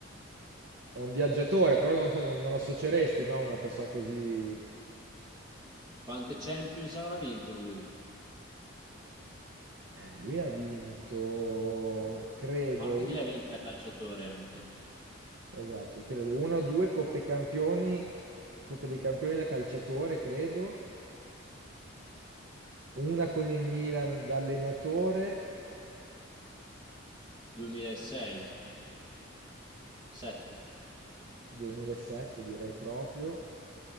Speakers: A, on the right; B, on the right.
A: È un viaggiatore, però non lo so, non, non lo associeresti, no, a Una persona così.
B: Quante Champions avrà vinto lui? A
A: Eh, lui ha vinto, credo,
B: parte
A: u-
B: che le ha vinte da calciatore anche.
A: esatto, credo, una o due Coppe Campioni, Coppe dei Campioni da calciatore, credo, una con il Milan da allenatore,
B: 2006, 7.
A: 2007 direi proprio,